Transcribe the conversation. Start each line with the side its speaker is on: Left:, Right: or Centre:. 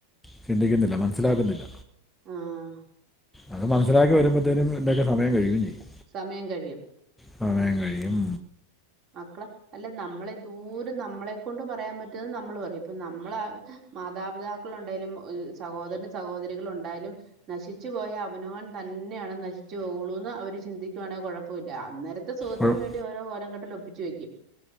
Centre: ചിന്തിക്കുന്നില്ല മനസ്സിലാക്കുന്നില്ല
Right: ആഹ്
Centre: അത് മനസ്സിലാക്കി വരുമ്പത്തേനും ഇതി ന്റൊക്കെ സമയം കഴുയോം ചെയ്യും
Right: സമയം കഴിയും
Centre: സമയം കഴിയും
Right: മക്കളെ അല്ല നമ്മളെ ദൂരെ നമ്മളെ ക്കൊണ്ട് പറയാൻ പറ്റുന്ന നമ്മള് പറയും ഇപ്പൊ നമ്മള മാതാപിതാക്കളുണ്ടേലും സഹോദര സഹോദരികളുണ്ടായാലും നശിച്ചു പോയ അവനവൻ തന്നെയാണ് നശിച്ചു പോകുള്ളൂന്ന് അവര് ചിന്തിക്കുവാണെ കുഴപ്പുല്ല അന്നേര ത്തെ സുഖത്തിന്
Centre: കുഴ-
Right: വേണ്ടി ഓരോ കോലം കെട്ടലൊപ്പിച്ച് വയ്ക്കും